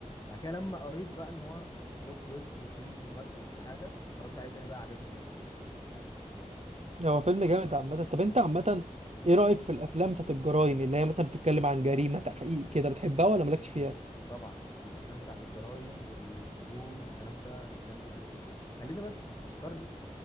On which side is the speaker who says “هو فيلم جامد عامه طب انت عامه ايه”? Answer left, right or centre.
Right